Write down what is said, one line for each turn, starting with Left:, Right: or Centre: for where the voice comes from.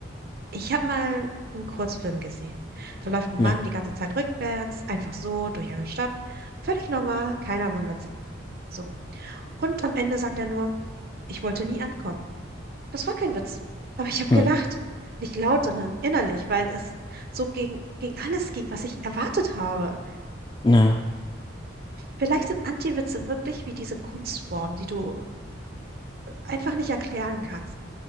Right: ich habe mal einen Kurzfilm gesehen. Da läuft ein
Left: ne,
Right: Mann die ganze Zeit rückwärts, einfach so durch eine Stadt. Völlig normal, keiner wundert sich. So. Und am Ende sagt er nur, ich wollte nie ankommen. Das war kein Witz. Aber ich habe gelacht.
Left: hm,
Right: Nicht laut, sondern innerlich, weil es so gegen, gegen alles ging, was ich erwartet habe.
Left: ne.
Right: Vielleicht sind Anti-Witze wirklich wie diese Kunstform, die du einfach nicht erklären kannst.